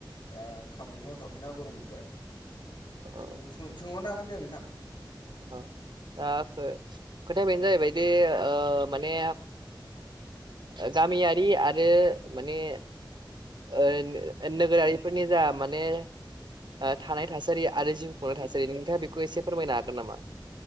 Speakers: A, on the left; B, on the right.
A: दा खामानि मावथ'वाखैना गरमद्राय।
B: अ
A: ओंखायनो
B: अ
A: सों सोंहरनो हागोन दे नोंथां
B: औ दा। ओ खोथाया बेनो जाहैबाय जे ओ माने गामियारि आरो माने ओ नोगोरारिफोरनि जा माने ओ थानाय थासारि आरो जिउ खुंनाय थासारि नोंथाङा बेखौ एसे फोरमायनो हागोन नामा?